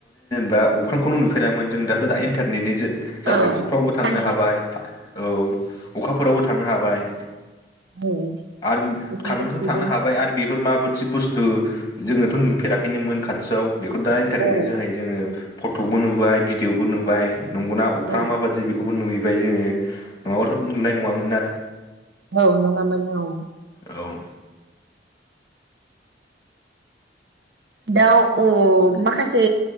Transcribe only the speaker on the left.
बा अख्रांखौनो नुफेरामोन जों दाथ' दा इन्टारनेटनि जो जाहै
अख्रांआवबो
थांनो हाब बाय औ। अखाफोरावबो थांनो हाबाय।
आरो
थांनोथ'
थांनो हाबाय आरो बेफोर माब माबायदि बुस्थु जोङोथ' नुफेराखैनोमोन खाथियाव। बेखौ दा इन्टारनेटनि
जोहोय जोङो फट'बो नुबाय भिडिअ'बो नुबाय नंगौना अख्रांया
माबादि बेखौबो नुयो। ओमफ्राय जोङो नङाबाथ' नुनाय नङामोन ना
औ